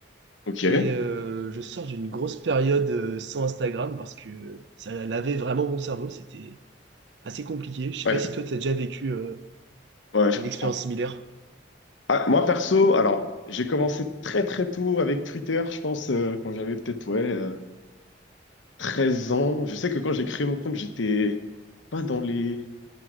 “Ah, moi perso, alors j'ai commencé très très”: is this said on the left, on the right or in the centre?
Left